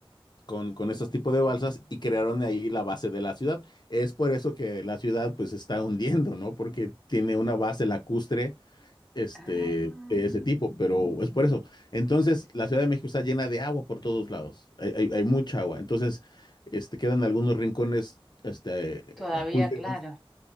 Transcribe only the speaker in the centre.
ah,
todavía,
claro.